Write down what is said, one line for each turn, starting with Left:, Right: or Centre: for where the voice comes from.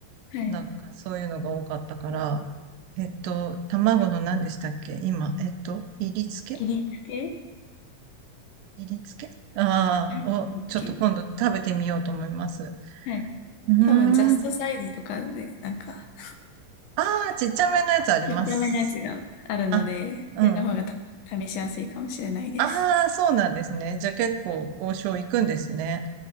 Left: はい。
Right: なんかそういうのが多かったから、えっと、卵の何でしたっけ今、えっと、入り付け
Left: 入り付け
Right: 練りつけああー、
Left: はい入り付
Right: を、ちょっと今度食べてみようと思います。
Left: けはい。
Right: うーん。
Left: 多分、ジャストサイズとかで、なんか、
Right: ああ、ちっちゃめのやつあります。
Left: ちっちゃめのやつがあるので、
Right: あ、うん。
Left: それの方がた試しやすいかもしれないです。
Right: ああ、そうなんですね。じゃあ結構王将行くんですね。